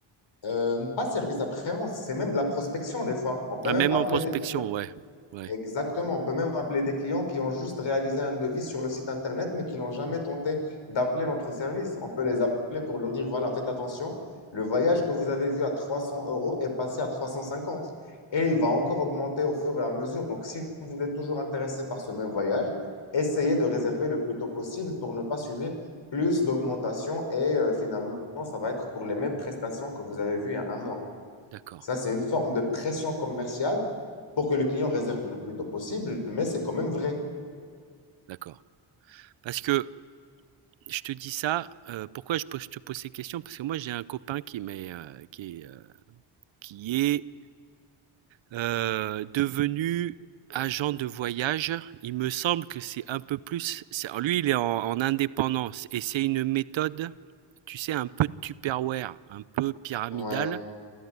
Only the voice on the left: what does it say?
euh, pas service après-vente, c'est même de la prospection des fois. On peut
même
appeler
des clients
Exactement. On peut même appeler des clients qui ont juste réalisé un devis sur le site Internet, mais qui n'ont jamais tenté d'appeler notre service. On peut les appeler pour leur dire, voilà, faites attention, le voyage que vous avez vu à 300 euros est passé à 350 et il va encore augmenter au fur et à mesure. Donc, si vous êtes toujours intéressé par ce même voyage, essayez de réserver le plus tôt possible pour ne pas subir plus d'augmentation et euh, finalement, ça va être pour les mêmes prestations que vous avez vues il y a un mois.
Ça, c'est une forme de pression commerciale pour que le client réserve le plus tôt possible, mais c'est quand même vrai.
Ouais,